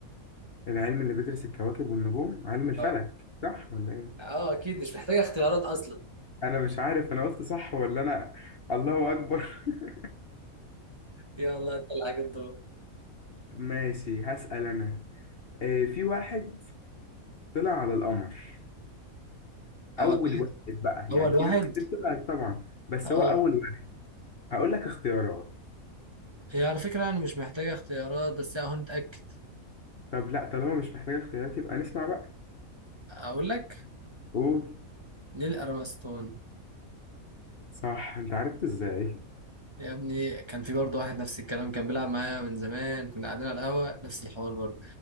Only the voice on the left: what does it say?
العلم اللي بيدرس الكواكب والنجوم علم الفلك
صح ولا ايه
انا مش عارف انا قلت صح ولا انا الله اكبر <laughs>
ماشي هسأل انا آه، في واحد طلع على القمر
اول
واحد بقى
يعني في
ناس كتير طلعت طبعا بس
هو اول هقول لك اختيارات
طب لا طالما مش محتاج اختيارات يبقى نسمع بقى
قول
صح انت عرفت ازاي